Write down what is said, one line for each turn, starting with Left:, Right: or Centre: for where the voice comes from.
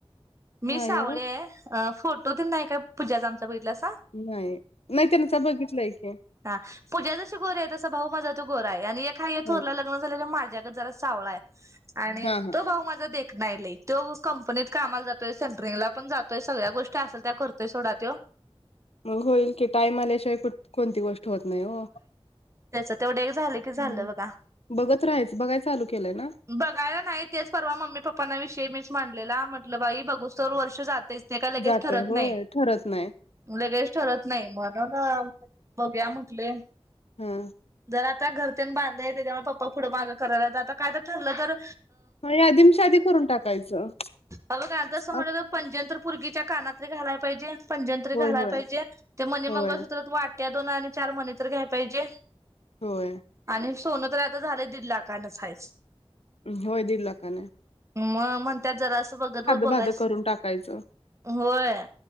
Right: मी
Left: नाही
Right: सावळी
Left: ओ
Right: आहे. अं फोटो तेन नाही काय पूजाचा आमच्या बघिटलासां.
Left: नाही-नाही त्यांचा बघितलाय की.
Right: हा पूजा जशी गोरी आहे. तसा भाऊ माझा तो गोरा आहे. आणि एक हाय ह्यो थोरला
Left: हा
Right: लग्न झाल्याला माझ्यागत जरासं सावळाय हाय. आणि
Left: हा हा
Right: तो भाऊ माझा दे खणा आहे लैई. तो कंपनीत कामाला जातोय. सेंट्रिंग ला पण जातोय. सगळ्या गोष्टी असल त्या करतो. करतोय सोडा तो.
Left: मग होईल की. टाइम आल्याशिवाय कुट कोणती गोष्ट होत नाही ओ.
Right: त्याचं तेवढं एक झालं की झालं
Left: हम्म
Right: बघा.
Left: बघत राहायचं बघाय चालू केलंय ना
Right: बघायला नाही तेच परवा मम्मी-पप्पांना विषयी मी. मांडलेला म्हटलं बाई बघूस तवर वर्ष जातयच. ते काय लगेच
Left: जातंय
Right: ठरत
Left: होय
Right: नाही.
Left: ठरत नाही
Right: लगेच ठरत नाही म्हणून बघुया म्हटलंय.
Left: हम्
Right: आता घर तेन बांधलंय त्याच्यामुळं पप्पा पुढं मागं कराल्यात आता काय तर ठरलं तर
Left: मग यादी मै शादी करून टाकायचं
Right: अगं काय तसं म्हटलं
Left: आत
Right: तर पैंजण तर पोरगीच्या कानात तर घालायला पाहिजे पंजंण तरी
Left: होय
Right: घालाय
Left: होय
Right: पाहिजे ते मनी
Left: होय
Right: मंगळसूत्रात वाट्या दोन आणि चार मनी तर घ्याय पाहिजे
Left: होय..
Right: आणि सोनं तर आता झालंय दीड लाखणच हयाच
Left: होय दीड लाखानं
Right: मग म्हण त्यात जरा असं बघत बघत बघायच
Left: भाधं करून टाकायचं
Right: होय